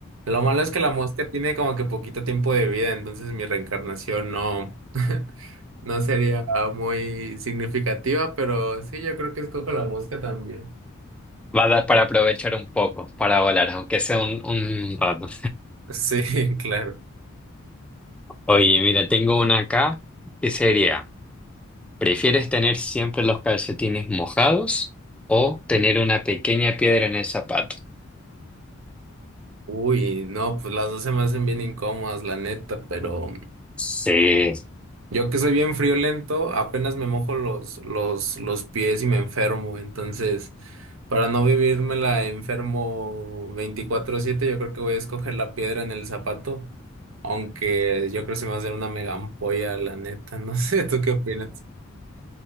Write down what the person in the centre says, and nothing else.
Va a dar para aprovechar un poco, para volar, aunque sea un, un rato.
Oye, mira, tengo una acá que sería, ¿prefieres tener siempre los calcetines mojados o tener una pequeña piedra en el zapato?
Sí,